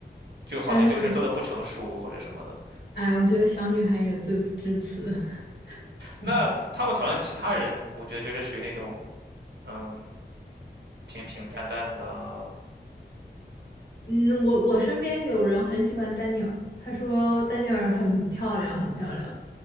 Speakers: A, on the right; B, on the left.
A: 就好像这个事儿做的不成熟或者什么的。
B: 但是我哎，我觉得小女孩也罪不至此。
A: 那他们团的其他人，
B: <laughs>
A: 我觉得就是属于那种嗯平平淡淡的。
B: 嗯，我我身边有人很喜欢丹尼尔，他说丹尼尔很漂亮，很漂亮。